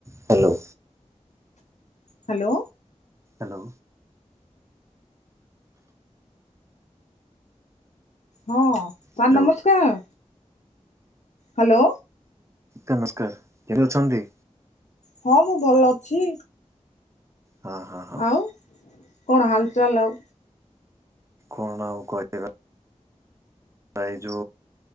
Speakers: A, on the right; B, on the left.
A: ହ୍ୟାଲୋ।
B: ହ୍ୟାଲୋ।
A: ହ୍ୟାଲୋ।
B: ହଁ ସାର୍
A: ହ୍ୟାଲୋ
B: ନମସ୍କାର। ହ୍ୟାଲୋ।
A: ନମସ୍କାର କେମିତି ଅଛନ୍ତି?
B: ହଁ ମୁଁ ଭଲ ଅଛି।
A: ହଁ ହଁ ହଁ
B: ଆଉ କଣ ହାଲଚାଲ ଆଉ?
A: କଣ ଆଉ କହିିବା? ଆାଇ ଯ